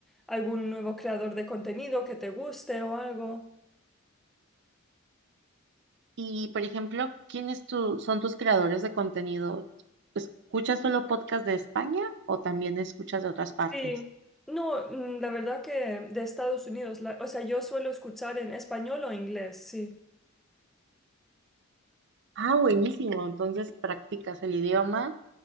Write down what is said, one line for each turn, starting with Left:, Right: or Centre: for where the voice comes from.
Centre: algún nuevo creador de contenido que te guste o algo.
Right: Y, por ejemplo, ¿quiénes tu- son tus creadores de contenido? ¿Escuchas solo podcast de España o también escuchas de otras partes?
Centre: Sí, no, mm, la verdad que de Estados Unidos, la- o sea, yo suelo escuchar en español o inglés, sí,
Right: Ah, buenísimo. Entonces practicas el idioma